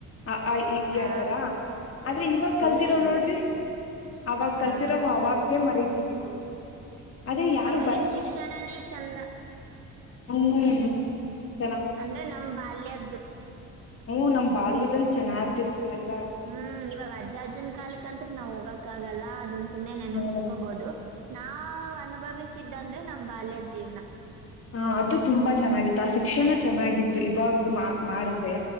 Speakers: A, on the left (about 45°); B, on the right (about 75°).
A: ಅ ಈ ಈ
B: ಆ
A: ಆತರ ಆದದ್ರ ಇವಾಗ ಕಲ್ತಿರೋ
B: ಇಲ್ಲ ಇಲ್ಲ
A: ನೋಡ್ರಿ
B: ಇಲ್ಲ
A: ಅವಾಗ ಕಲ್ತಿರೋ
B: ಹಾ
A: ಅವಾಗಲೇ ಮರತಿದ್ದೀವಿ ಅದೇ ಯಾರು
B: ಈಗಿನ್ ಶಿಕ್ಷಣಾನೆ ಚಂದ
A: ಹ್ಮ
B: ಅಂದ್ರೆ ನಮ್ ಬಾಲ್ಯದ್ದು
A: ಹ್ಮ್ ನಮ್ಮ ಬಾಲ್ಯದಲ್ಲಿ ಚೆನ್ನಾಗಿರ್ತಿತ್ತು ಎಲ್ಲಾ
B: ಹ್ಮ್ ಇವಾಗ್ ಅಜ್ಜ ಅಜ್ಜನ್ ಕಾಲಕ್ ಈಗಂತ್ರ ನಾ ಹೋಗಕ್ಕಾಗಲ ಅದನ್ನ ಸುಮ್ನೆ ನೆನಪ್ಸ್ಕೋಬೋದು,
A: ಹ್ಮ್
B: ನಾವ್ ಅನುಭವಿಸ್ ಅನ್ಸಿದ್ ಅಂದ್ರೆ ನಮ್ ಬಾಲ್ಯದ್ ಜೀವ್ನ
A: ಹ ಅದು ತುಂಬಾ ಚೆನ್ನಾಗಿತ್ತು ಆ ಶಿಕ್ಷಣ ಚೆನ್ನಾಗಿತ್ತು, ಇವಾಗ್ ಮಾ ಮಾಡಿದ್ರೆ